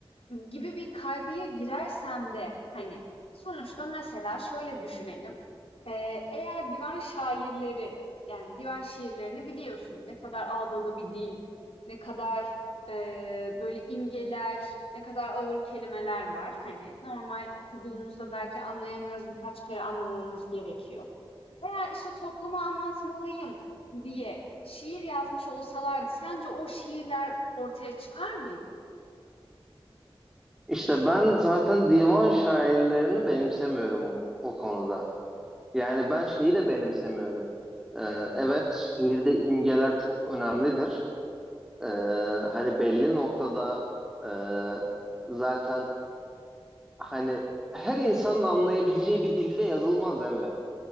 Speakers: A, on the left; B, in the centre.
A: Gibi bir kaygıya girersem de hani sonuçta mesela şöyle düşünelim. Eee, eğer divan şairleri yani divan şiirlerini biliyorsun. Ne kadar ağdalı bir dil, ne kadar eee, böyle imgeler, ne kadar ağır kelimeler var. Hani normal okuduğumuzda belki anlayamıyoruz birkaç kere anlamamız gerekiyor. Eğer işte topluma anlatmalıyım diye şiir yazmış olsalardı sence o şiirler ortaya çıkar mıydı?
B: İşte ben zaten divan şairlerini benimsemiyorum o konuda. Yani ben şeyi de benimsemiyorum. Ee, evet şiirde imgeler çok önemlidir. Ee, hani belli noktada e, zaten hani her insanın anlayabileceği bir dilde yazılmaz evet.